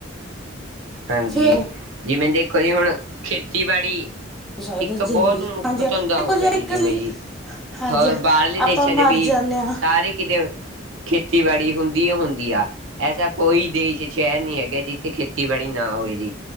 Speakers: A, on the right; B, in the centre.
A: ਹਾਂਜੀ,
B: ਫੇਰ ਹੋ
A: ਜਿਵੇਂ ਦੇਖੋ ਜੀ ਹੁਣ ਖੇਤੀਬਾੜੀ
B: ਸਕਦੇ
A: ਇੱਕ
B: ਜ਼ਿੰਦਗੀ
A: ਬੋਹਤ ਮੁੱਖ
B: ਹਾਂਜੀ
A: ਧੰਦਾ
B: ਦੇਖੋ
A: ਹੋ ਗਆ ਜੀ
B: ਇੱਕ
A: ਜਿਵੇਂ
B: ਚੀਜ਼
A: ਜੀ।
B: ਹਾਂਜੀ
A: ਹੋਰ
B: ਹਾਂ
A: ਬਾਹਰਲੇ ਦੇਸਾਂ
B: ਆਪਾਂ ਮਰ
A: ਚ ਵੀ
B: ਜਾਂਦੇ ਹਾਂ
A: ਸਾਰੇ ਕਿਦੇ ਖੇਤੀਬਾੜੀ ਹੁੰਦੀ ਅ ਹੁੰਦੀ ਆ ਐਸਾ ਕੋਈ ਦੇਸ਼ ਸ਼ਹਿਰ ਨਹੀਂ ਹੈਗਾ ਜਿੱਥੇ ਖੇਤ ਖੇਤੀਬਾੜੀ ਨਾ ਹੋਏ ਗੀ।